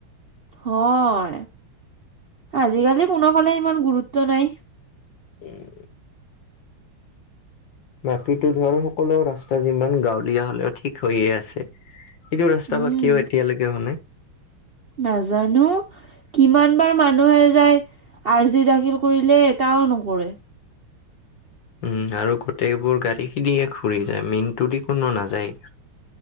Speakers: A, on the right; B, on the left.
A: হয়, আজিকালি কোনোফালে ইমান গুৰুত্ব নাই।
B: উম। বাকীতো ধৰ সকলো ৰাস্তা যিমান গাঁৱলীয়া হলেও ঠিক হৈয়ে আছে। এইটো ৰাস্তা
A: উম,
B: বা কিয় এতিয়ালৈকে হোৱা নাই।
A: নাজানো কিমান বাৰ মানুহে যায় আৰ্জি দাখিল কৰিলে এটাও নকৰে।
B: উম আৰু গোটেইবোৰ গাড়ীখিনদিয়ে ঘুৰি যায় মেইনটোদি কোনো নাযায়।